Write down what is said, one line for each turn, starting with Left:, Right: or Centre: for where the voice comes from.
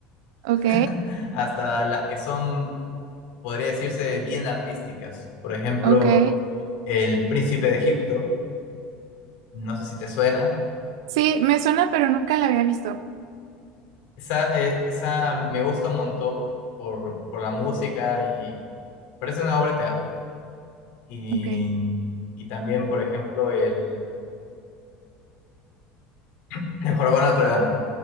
Right: Ok,
Left: <laughs> hasta las que son, podría decirse, bien artísticas. Por ejemplo,
Right: ok.
Left: El Príncipe de Egipto No sé si te suena.
Right: Sí, me suena, pero nunca la había visto.
Left: Esa, eh, esa me gusta un montón por, por la música y parece una obra de teatro. Y,
Right: Ok.
Left: y también, por ejemplo, el, <laughs> el Jorobado de Notre Dame.